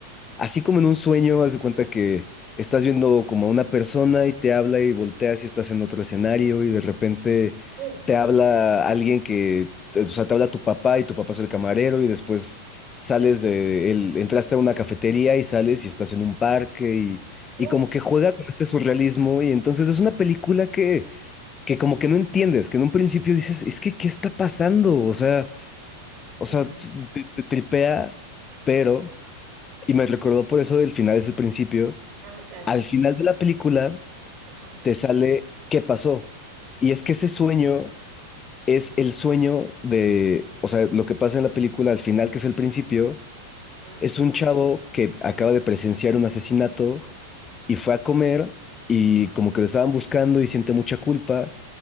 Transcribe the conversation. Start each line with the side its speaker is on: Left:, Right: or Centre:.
Left: Así como en un sueño, haz de cuenta que estás viendo como a una persona y te habla y volteas y estás en otro escenario y de repente
Right: Oh,
Left: te habla alguien que, o sea, te habla tu papá y tu papá es el camarero y después sales de él, entraste a una cafetería y sales y estás en un parque y,
Right: oh.
Left: y como que juega con este surrealismo y entonces es una película que, que como que no entiendes, que en un principio dices, es que, ¿qué está pasando? O sea, o
Right: mm,
Left: sea, te te tripea, pero... Y me recordó por eso del final es el principio.
Right: Ah, claro.
Left: Al final de la película
Right: Ajá,
Left: te sale qué pasó. Y es que ese sueño es el sueño de, o sea, lo que pasa en la película al final, que es el principio,
Right: ajá.
Left: es un chavo que acaba de presenciar un asesinato y fue a comer y
Right: ajá.
Left: como que lo estaban buscando y siente mucha culpa.